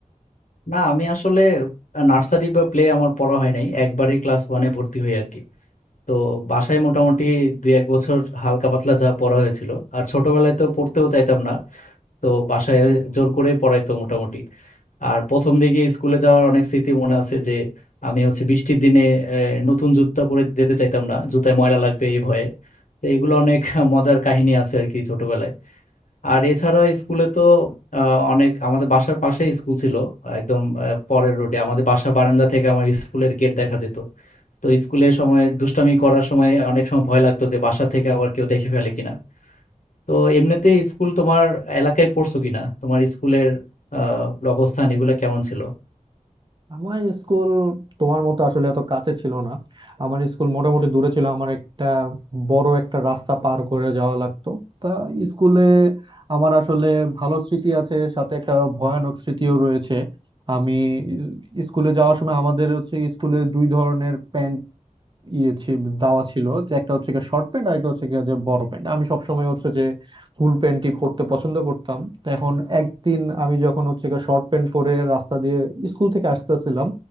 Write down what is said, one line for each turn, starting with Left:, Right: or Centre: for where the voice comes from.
Left: না আমি আসলে নার্সারি বা প্লে আমার পড়া হয় নাই একবারে ক্লাস ওয়ানে ভর্তি হই আর কি তো বাসায় মোটামুটি দুই এক বছর হালকা পাতলা যা পড়া হয়েছিল আর ছোটবেলায় তো পড়তেও চাইতাম না তো বাসায় জোর করে পড়াইতো মোটামুটি আর প্রথম দিকে স্কুলে যাওয়ার অনেক স্মৃতি মনে আছে যে আমি হচ্ছে বৃষ্টির দিনে আহ, নতুন জুতা পরে যেতে চাইতাম না জুতায় ময়লা লাগবে এই ভয়ে তো এগুলো অনেক <laughs> মজার কাহিনী আছে আর কি ছোটবেলায় আর এছাড়া স্কুলে তো আহ, অনেক আমাদের বাসার পাশেই স্কুল ছিল একদম আহ, পরের রোডে আমাদের বাসা বারান্দা থেকে আমার স্কুলের গেট দেখা যেত তো স্কুলে সময় দুষ্টামি করার সময় অনেক সময় ভয় লাগতো যে বাসা থেকে আবার কেউ দেখে ফেলে কিনা তো এমনিতে স্কুল তোমার এলাকায় পড়ছো কিনা তোমার স্কুলের আহ অবস্থান এগুলো কেমন ছিল
Right: আমার স্কুল তোমার মতো আসলে এত কাছে ছিল না আমার স্কুল মোটামুটি দূরে ছিল আমার একটা বড় একটা রাস্তা পার করে যাওয়া লাগতো তা স্কুলে আমার আসলে ভালো স্মৃতি আছে সাথে একটা ভয়ানক স্মৃতিও রয়েছে আমি স্কুলে যাওয়ার সময় আমাদের হচ্ছে স্কুলে দুই ধরনের প্যান্ট ইয়ে ছিল দেওয়া ছিল যে একটা হচ্ছে গিয়ে শর্ট প্যান্ট আর একটা হচ্ছে গিয়ে যে বড় প্যান্ট আমি সবসময় হচ্ছে যে ফুল প্যান্টই পরতে পছন্দ করতাম তো এখন একদিন আমি যখন হচ্ছে গিয়ে শর্ট প্যান্ট পরে রাস্তা দিয়ে স্কুল থেকে আসতেছিলাম